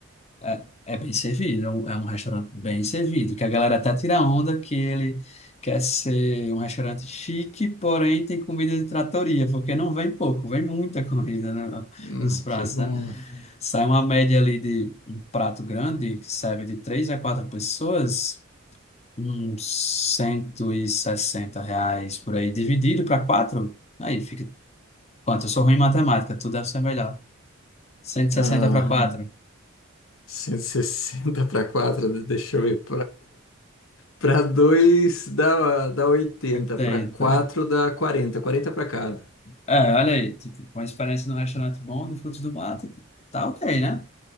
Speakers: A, on the left; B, on the left.
A: É, é bem servido, é um, é um restaurante bem servido, que a galera até tira onda que ele quer ser um restaurante chique, porém tem comida de tratoria, porque não vem pouco, vem muita <laughs> comida no-
B: Hum,
A: nos pratos,
B: que bom.
A: né? Sai uma média ali de um prato grande, que serve de três a quatro pessoas, uns 160 reais por aí, dividido para quatro, aí fica quanto? Eu sou ruim em matemática, tu deve ser melhor. cento e sessenta
B: Ah,
A: para quatro.
B: cento e sessenta para 4 deixa eu ver, para 2 dá, dá 80
A: oitenta.
B: para 4 dá quarenta quarenta para cada.
A: É, olha aí, tipo, com a experiência num restaurante bom, no Frutos do Mato, tá ok, né?